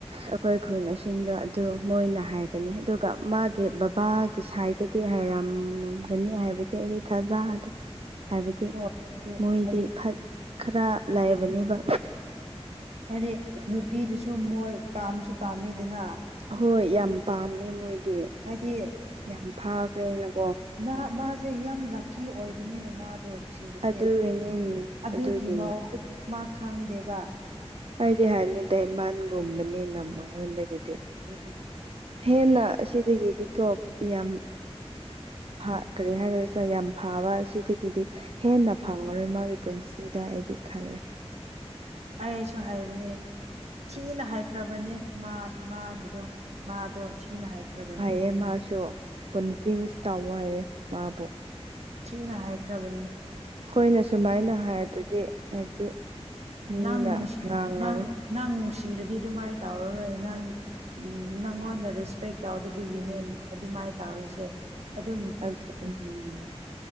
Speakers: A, on the right; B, on the right.
A: ꯑꯩꯈꯣꯏ ꯈꯨꯟꯁꯤꯡꯗꯣ ꯑꯗꯨ ꯃꯣꯏꯅ ꯍꯥꯏꯒꯅꯤ ꯑꯗꯨꯒ ꯃꯥꯒꯤ ꯕꯕꯥꯒꯤ ꯁꯥꯏꯠ ꯑꯗꯨꯗꯤ ꯍꯥꯏꯔꯝꯒꯅꯤ ꯍꯥꯏꯕꯗꯤ ꯑꯩꯗꯤ ꯊꯥꯖꯗꯦ ꯍꯥꯏꯕꯗꯤ
B: ꯍꯣꯏ ꯑꯗꯨ
A: ꯃꯣꯏꯗꯤ
B: ꯑꯗꯨ
A: ꯈꯔ ꯂꯥꯏꯕꯅꯤꯕ
B: ꯍꯥꯏꯗꯤ ꯅꯨꯄꯤꯗꯨꯁꯨ ꯃꯣꯏ ꯄꯥꯝꯁꯨ ꯄꯥꯝꯃꯤꯗꯅ
A: ꯍꯣꯏ ꯌꯥꯝ ꯄꯥꯝꯃꯦ ꯃꯣꯏꯗꯤ
B: ꯍꯥꯏꯗꯤ
A: ꯌꯥꯝ ꯐꯥꯈ꯭ꯔꯦ ꯑꯩꯅꯀꯣ
B: ꯃꯥ ꯃꯥꯁꯦ ꯌꯥꯝ ꯂꯛꯀꯤ ꯑꯣꯏꯕꯅꯦ ꯃꯥꯗꯣ ꯅꯨꯡꯁꯤꯕꯁꯦ
A: ꯑꯗꯨꯒꯤꯅꯤ
B: ꯑꯗꯨꯒꯤ
A: ꯑꯗꯨꯒꯤꯅꯤ
B: ꯃꯍ ꯃꯥ ꯈꯪꯗꯦꯕ
A: ꯑꯩꯗꯤ ꯍꯥꯏꯕꯅꯤꯗ ꯏꯃꯥꯟꯒꯨꯝꯕꯅꯤꯅ ꯃꯉꯣꯟꯗꯒꯤꯗꯤ
B: ꯎꯝ
A: ꯍꯦꯟꯅ ꯑꯁꯤꯗꯒꯤ ꯗꯤꯀꯣꯞ ꯌꯥꯝ ꯐꯥ ꯀꯔꯤ ꯍꯥꯏꯈ꯭ꯔꯁ ꯌꯥꯝ ꯐꯥꯕ ꯑꯁꯤꯗꯒꯤꯗꯤ ꯍꯦꯟꯅ ꯐꯪꯉꯔꯣꯏ ꯃꯥꯒꯤ ꯄꯨꯟꯁꯤꯗ ꯑꯩꯗꯤ ꯈꯜꯂꯦ
B: ꯑꯩꯁꯨ ꯍꯥꯏꯕꯅꯦ ꯊꯤꯅ ꯍꯥꯏꯈ꯭ꯔꯕꯅꯦ ꯃꯥ ꯃꯥꯒꯤꯗꯣ ꯃꯥꯗꯣ ꯆꯤꯅ ꯍꯥꯏꯈ꯭ꯔꯕꯅꯦ
A: ꯑꯦ ꯃꯥꯁꯨ ꯀꯟꯚꯤꯟꯁ ꯇꯧꯋ ꯃꯥꯕꯨ
B: ꯊꯤꯅ ꯍꯥꯏꯈ꯭ꯔꯕꯅꯦ
A: ꯑꯩꯈꯣꯏꯅ ꯁꯨꯃꯥꯏꯅ ꯍꯥꯏꯔꯗꯗꯤ ꯍꯥꯏꯕꯗꯤ ꯃꯤꯅ
B: ꯅꯪ ꯅꯨꯡꯁꯤ
A: ꯉꯥꯡꯉꯔꯣꯏ
B: ꯅ ꯅꯪ ꯅꯨꯡꯁꯤꯔꯗꯤ ꯑꯗꯨꯃꯥꯏꯅ ꯇꯧꯔꯔꯣꯏ ꯅꯪ ꯅꯪꯉꯣꯟꯗ ꯔꯦꯁꯄꯦꯛ ꯇꯧꯗꯕꯒꯤꯅꯦ ꯑꯗꯨꯃꯥꯏꯅ ꯇꯧꯔꯤꯁꯦ ꯑꯗꯨꯝ
A: ꯑꯗꯨ
B: ꯎꯝ